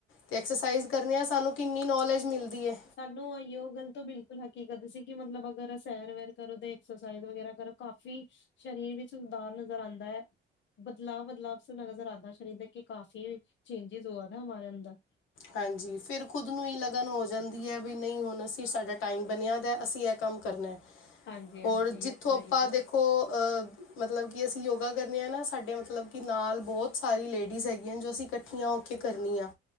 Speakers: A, on the left; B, on the left.
A: ਤੇ ਐਕਸਰਸਾਈਜ਼ ਕਰਨੇ ਆ ਸਾਨੂੰ ਕਿੰਨੀ ਨੌਲੇਜ ਮਿਲਦੀ ਐ।
B: ਸਾਨੂੰ ਆਇਓ ਗੱਲ ਤੋਂ ਬਿਲਕੁਲ ਹਕੀਕਤ ਸੀ ਕਿ ਮਤਲਬ ਅਗਰ ਸੈਰ-ਵੈਰ ਕਰੋ ਤੇ ਐਕਸਸਾਈਜ਼ ਵਗੇਰਾ ਕਰੋ ਕਾਫੀ ਸ਼ਰੀਰ ਵਿੱਚ ਸੁਧਾਰ ਨਜ਼ਰ ਆਂਦਾ ਐ। ਬਦਲਾ-ਬਦਲਾਵ ਸਾ ਨਜ਼ਰ ਆਂਦਾ ਸ਼ਰੀਕ ਤੇ ਕਿ ਕਾਫ਼ੀ ਚੇਂਜਿਜ ਹੋਆ ਨਾਂ ਹਮਾਰੇ ਅੰਦਰ।
A: ਹਾਂਜੀ ਫਿਰ ਖੁਦ ਨੂੰ ਈ ਲਗਨ ਹੋ ਜਾਂਦੀ ਐ ਵੀ ਨਈਂ ਹੁਣ ਅਸੀਂ ਸਾਡਾ ਟਾਈਮ ਬਣਿਆ ਦਾ ਅਸੀਂ ਐ ਕੰਮ ਕਰਨਾ।
B: ਹਾਂਜੀ
A: ਹੋਰ
B: ਹਾਂਜੀ
A: ਜਿੱਥੋਂ
B: ਇਹ ਤਾਂ
A: ਆਪਾਂ
B: ਹੈ ਜੀ।
A: ਦੇਖੋ ਮਤਲਬ ਕਿ ਅਸੀਂ ਯੋਗਾ ਕਰਨੇਂ ਆਂ ਨਾਂ ਸਾਡੇ ਮਤਲਬ ਕਿ ਨਾਲ ਬੋਤ ਸਾਰੀ ਲੇਡੀਜ਼ ਹੈਗੀਆਂ ਜੋ ਅਸੀਂ ਕਠ ਠੀਆਂ ਹੋਕੇ ਕਰਨੀਆਂ